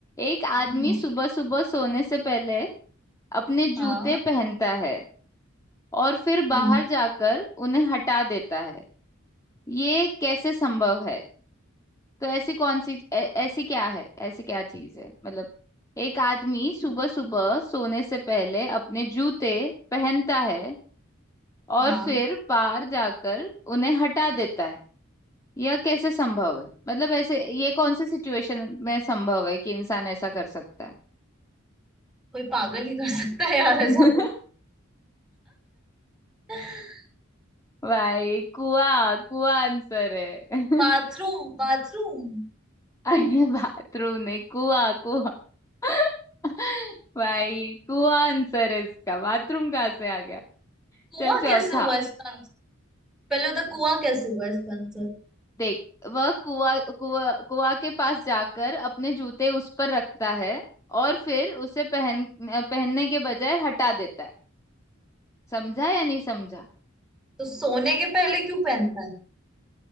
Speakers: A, on the left (about 15°); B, in the centre.
A: एक आदमी
B: हम्म,
A: सुबह सुबह सोने से पहले अपने
B: हाँ
A: जूते पहनता है और फिर बाहर
B: हम्म
A: जाकर उन्हें हटा देता है ये कैसे संभव है तो ऐसी कौन सी ऐ, ऐसी क्या है ऐसी क्या चीज है मतलब एक आदमी सुबह सुबह सोने से पहले अपने जूते पहनता है और
B: हाँ
A: फिर बाहर जाकर उन्हें हटा देता है यह कैसे संभव है मतलब ऐसे ये कौन से सिचुएशन में संभव है कि इंसान ऐसा कर सकता है
B: कोई पागल ही कर सकता है यार
A: <laughs>
B: ऐसा तो <laughs>
A: भाई कुआ कुआ आंसर है <laughs>
B: Bathroom bathroom
A: अरे बाथरूम नहीं कुआ कुआ <laughs> भाई कुआ आंसर है इसका बाथरूम कहाँ से आ गया
B: कुआं
A: चल चौथा
B: कैसे हुआ इसका आंसर पहले होता कुआं कैसे हुआ इसका आंसर
A: देख वह कुआ कुआ कुआ के पास जाकर अपने जूते उस पर रखता है और फिर उसे पहन पहनने के बजाय हटा देता है समझा या नहीं समझा
B: तो सोने के पहले क्यों पहनता है